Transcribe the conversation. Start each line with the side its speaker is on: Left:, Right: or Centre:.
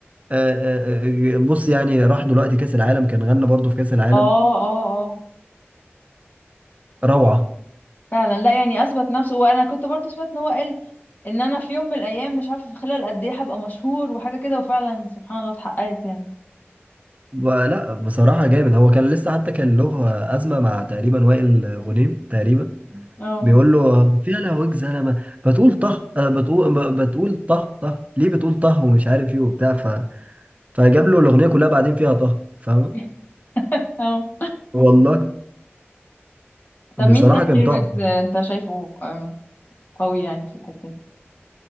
Right: آه، آه، آه، بص يعني راح دلوقتي كأس العالم كان غنى برضو في كأس العالم
Left: اه اه اه
Right: فروعة
Left: فعلا لا يعني اثبت نفسه وانا كنت برضو سمعت ان هو قال ان انا في يوم من الايام مش عارفه في خلال قد ايه هبقى مشهور وحاجه كده وفعلا سبحان الله اتحققت يعني
Right: لا بصراحة جامد هو كان لسه حتى كان له أزمة مع تقريبا وائل غنيم تقريبا
Left: اه
Right: بيقول له فيها لهوك زلمه بتقول طه آه، بتقول ب- بتقول طه طه ليه بتقول طه ومش عارف ايه وبتاع ف... فجاب له الاغنيه كلها بعدين فيها طه فاهم
Left: <laughs> اه
Right: والله
Left: طب
Right: بصراحه
Left: مين تاني
Right: كان
Left: غير
Right: تحفه
Left: ويجز انت شايفه آه، قوي يعني في الحته دي